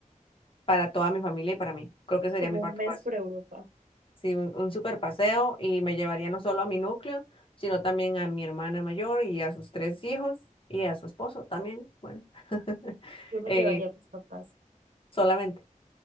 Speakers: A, on the left; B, on the right.
A: para toda mi familia y para mí. Creo que sería
B: como
A: mi cuarto
B: un mes
A: paso.
B: por Europa.
A: Sí, un, un super paseo y me llevaría no solo a mi núcleo, sino también a mi hermana mayor y a sus tres hijos y a su esposo también, bueno, <laughs>
B: Yo me
A: eh,
B: llevaría a mis papás,
A: solamente.